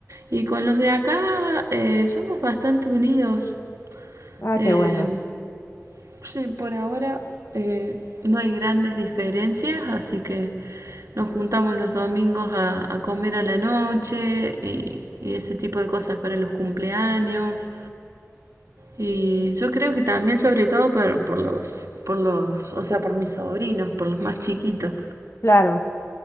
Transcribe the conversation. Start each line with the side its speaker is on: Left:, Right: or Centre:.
Right: Y con los de acá eh, somos bastante unidos.
Left: Ah,
Right: Eh,
Left: qué bueno.
Right: Sí, por ahora eh, no hay grandes diferencias, así que nos juntamos los domingos a, a comer a la noche y, y ese tipo de cosas para los cumpleaños. Y yo creo que también, sobre todo por, por los, por los, o sea, por mis sobrinos, por los más chiquitos,
Left: Claro.